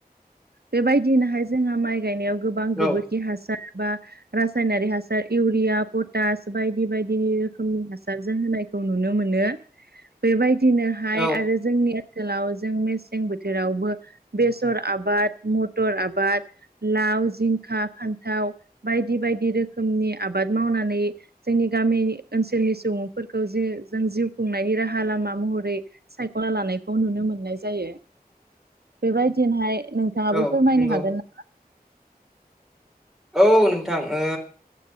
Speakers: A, on the right; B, in the centre.
A: बेबायदिनोहाय जोंहा माइ गायनायाव गोबां
B: औ
A: गोबोरखि हासार बा रासायनारि हासार इउरिया पटास बायदि बायदि रोखोमनि हासार जों होनायखौ नुनो मो नो बेबायदिनोहाय
B: औ
A: आरो जोंनि सोखालाव जों मेसें बोथोरावबो बेसर आबाद मटर आबाद लाव जिंखा फान्थाव बायदि बायदि रोखोमनि आबाद मावनानै जोंनि गामि ओनसोलनि सुबुंफोरखौ जे जों जिउ खुंनायनि राहा लामा महरै सायख'ना लानायखौ नुनो मोननाय जायो। बेबायदिनोहाय नोंथाङाबो
B: औ
A: फोरमायनो
B: नंगौ
A: हागोन।
B: औ नोंथां ओ